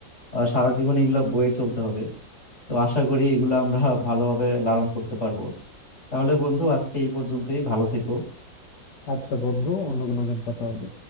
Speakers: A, on the left; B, on the left.
A: আহ, সারা জীবন এগুলো বয়ে চলতে হবে তো আশা করি এগুলো আমরা ভালোভাবে লালন করতে পারবো তাহলে বন্ধু আজকে এই পর্যন্তই ভালো থেকো
B: আচ্ছা বন্ধু অন্য কোনো দিন কথা হবে